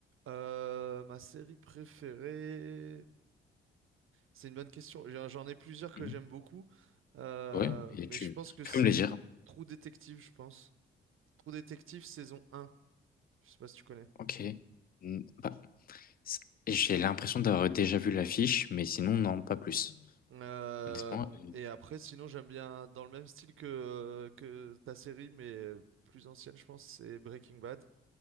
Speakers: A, on the right; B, on the left.
A: Euh, ma série préférée, c'est une bonne question. J'en j'en ai plusieurs
B: Mhm.
A: que j'aime beaucoup, Euh,
B: Ouais, et
A: mais
B: tu,
A: je pense que c'est
B: tu peux me les dire.
A: Trou Détective, je pense. Trou Détective saison un. Je sais pas si tu connais.
B: Ok. Mm, bah, c- j'ai l'impression d'avoir déjà vu l'affiche, mais sinon, non, pas plus.
A: Euh,
B: Honnêtement, euh,
A: et après, sinon, j'aime bien dans le même style que que ta série, mais plus ancienne, je pense, c'est Breaking Bad.